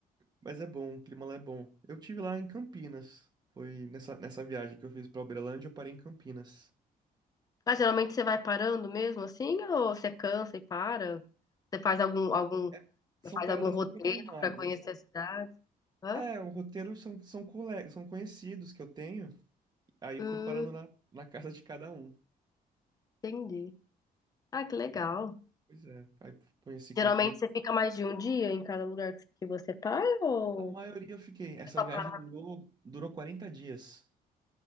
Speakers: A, on the right (about 25°); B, on the left (about 25°).
A: Mas é bom, o clima lá é bom. Eu tive lá em Campinas. Foi nessa, nessa viagem que eu fiz pra Uberlândia, eu parei em Campinas.
B: Ah, geralmente você vai parando mesmo, assim, ou você cansa e para? Você faz algum, algum,
A: É, são
B: você faz
A: paradas
B: algum roteiro
A: programadas.
B: pra conhecer a cidade? Hã?
A: É, o roteiro são, são, cole... são conhecidos que eu tenho. Aí
B: Hum,
A: fui parando na, na casa de cada um.
B: entendi. Ah, que legal.
A: Aí, pois é, aí conheci Campinas.
B: Geralmente você fica mais de um dia em cada lugar que que você para ou
A: A maioria eu fiquei. Essa
B: você só
A: viagem
B: para? rápido?
A: durou, durou 40 dias.